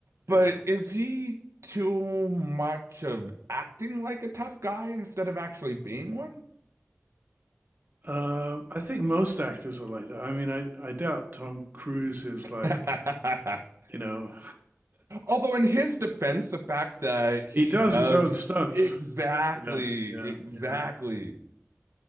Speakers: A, on the right; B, on the right.
A: But
B: Yeah.
A: is he too much of acting like a tough guy instead of actually being one?
B: Um, I think most actors are like that. I mean, I, I doubt Tom Cruise is
A: <laughs>
B: like, you know,
A: Although, in his defense, the fact that
B: <laughs>
A: he
B: he does
A: does
B: his own stunts.
A: exactly,
B: Yeah, yeah,
A: exactly.
B: yeah.